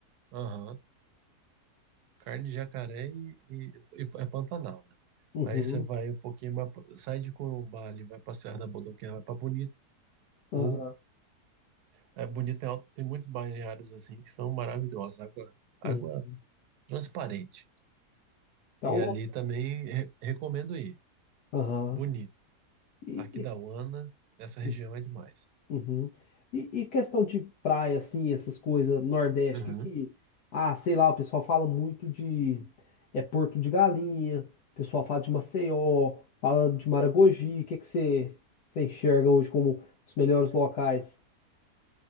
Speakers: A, on the right; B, on the left.
A: Aham. Carne de jacaré e, e, e é Pantanal, né?
B: Uhum.
A: Aí você vai um pouquinho, mais pra- sai de Corumbá ali, vai pra Serra da Bodoquena, vai pra Bonito. Ou
B: Aham.
A: é, Bonito tem, alto- tem muitos balneários assim que são maravilhosos, água, água
B: Uhum.
A: transparente.
B: Então,
A: E
B: lo-
A: ali também re- recomendo ir.
B: aham.
A: Bonito.
B: E,
A: Aqui da
B: e,
A: Uana, essa região
B: uhum.
A: é demais.
B: Uhum. E, e questão de praia, assim, essas coisas, Nordeste,
A: Uhum.
B: que, que, ah, sei lá, o pessoal fala muito de é Porto de Galinha, o pessoal fala de Maceió, fala de Maragogi, o que que você você enxerga hoje como os melhores locais?